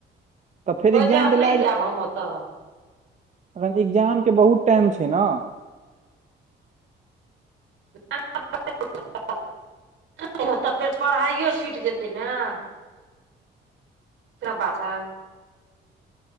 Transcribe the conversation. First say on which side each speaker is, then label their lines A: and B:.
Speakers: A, on the right; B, on the right.
A: तऽ फेर
B: कहै
A: एग्जाम
B: छै आब
A: तऽ
B: नैय जेएब हम ओतऽ।
A: एखन एग्जाम के बहुत टाइम छै न।
B: <unintelligible> तऽ फेर पढ़ाइो छुइट जेतै न। से बात है।